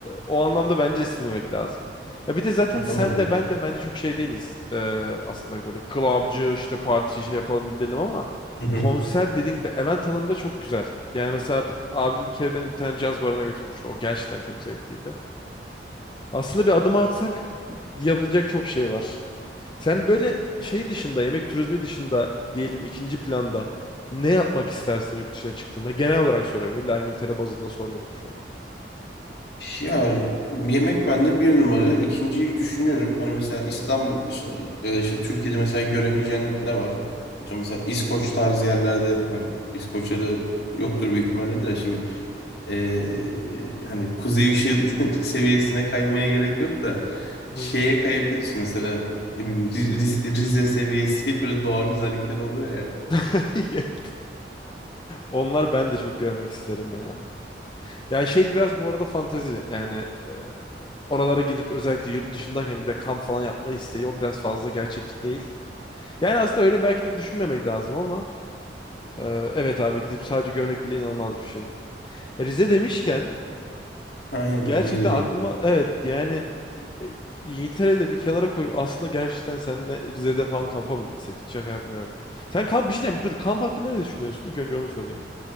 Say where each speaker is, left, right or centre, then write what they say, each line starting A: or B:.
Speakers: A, on the left; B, on the left.
A: o anlamda bence silmemek lazım. Ya bir de zaten
B: Tamam.
A: sen de ben de bence çok şey değiliz. E, aslında böyle clubcı işte parti şey yapalım gidelim ama
B: Hı hı.
A: konser dediğin gibi event hanım da çok güzel. Yani mesela bir- abim bir kere beni bir tane caz barına götürmüştü. O gerçekten çok zevkliydi. Aslında bir adım atsak yapılacak çok şey var. Sen böyle şey dışında, yemek turizmi dışında diyelim ikinci planda ne yapmak istersin yurt dışına çıktığında? Genel olarak soruyorum. İlla İngiltere bazında sormuyorum şu an.
B: Ya yemek bende bir numara. İkinciyi düşünüyorum. Hani mesela İstanbul işte, ya da işte Türkiye'de mesela göremeyeceğin ne var? Atıyorum mesela İskoç tarzı yerlerde hani İskoçya'da yoktur
A: Hı hı.
B: büyük ihtimalle de işte bu, eee, hani kuzey ışığı <laughs> seviyesine kaymaya gerek yok da
A: Hı.
B: şeye kayabiliriz mesela ne bileyim Riz- Riz- Rize seviyesi <laughs> böyle doğa güzellikleri oluyor ya.
A: <laughs> Onlar ben de çok görmek isterim ya. Ya şey biraz bu arada fantezi. Yani e, oralara gidip özellikle yurt dışındayken bir de kamp falan yapma isteği o biraz fazla gerçekçi değil. Yani aslında öyle belki de düşünmemek lazım ama e, evet abi gidip sadece görmek bile inanılmaz bir şey. Rize demişken
B: Aynen
A: gerçekten
B: ona girecek.
A: aklıma evet yani e, İngiltere'yi de bir kenara koyup aslında gerçekten seninle Rize'de falan kampa mı gitsek? Hiç şaka yapmıyorum. Sen kamp bir şey diyeyim, dur kamp hakkında ne düşünüyorsun? İlk önce onu sorayım.